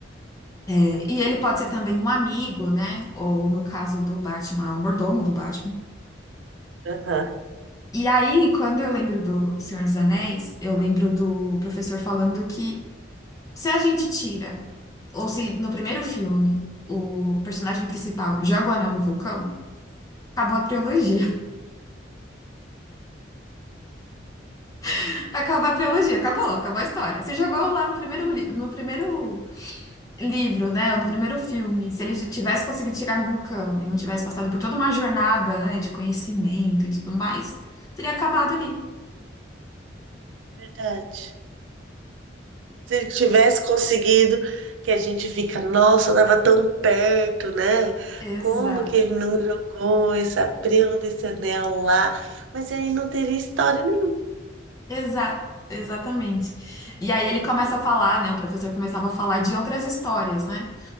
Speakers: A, on the left; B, on the right.
A: É, e ele pode ser também um amigo, né? Ou no caso do Batman, o mordomo do Batman.
B: Aham.
A: E aí, quando eu lembro do Senhor dos Anéis, eu lembro do professor falando que se a gente tira, ou se no primeiro filme, o personagem principal joga o anel no vulcão, acabou a trilogia. <laughs> Acabou a trilogia, acabou, acabou a história. Você jogou lá no primeiro, li- no primeiro livro, né? Ou do primeiro filme, se ele já tivesse conseguido chegar no vulcão e não tivesse passado por toda uma jornada, né, de conhecimento e tudo mais, teria acabado ali.
B: Verdade. Se ele tivesse conseguido, que a gente fica, nossa, estava tão perto, né?
A: Exato,
B: Como que ele não jogou essa prima desse anel lá? Mas aí não teria história nenhuma.
A: exato, exatamente. E aí ele começa a falar, né? O professor começava a falar de outras histórias, né?